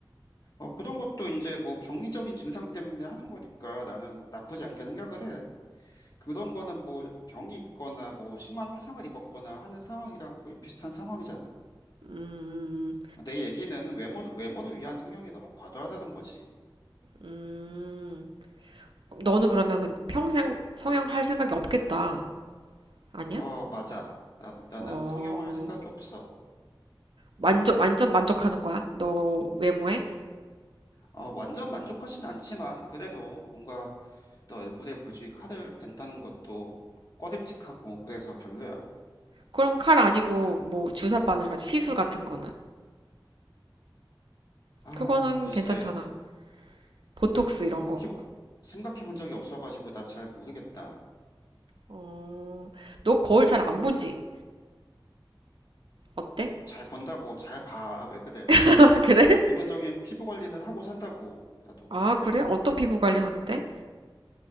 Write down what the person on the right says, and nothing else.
음,
음. 너는 그러면은 평생 성형할 생각이 없겠다. 아니야?
어,
완전, 완전 만족하는 거야? 너 외모에?
그럼 칼 아니고, 뭐, 주사 바늘 같이 시술 같은 거는.
그거는
괜찮잖아. 보톡스
이런 거.
어, 너 거울 잘 안 보지? 어때?
<laughs> 그래?
아, 그래? 어떤 피부 관리 하는데?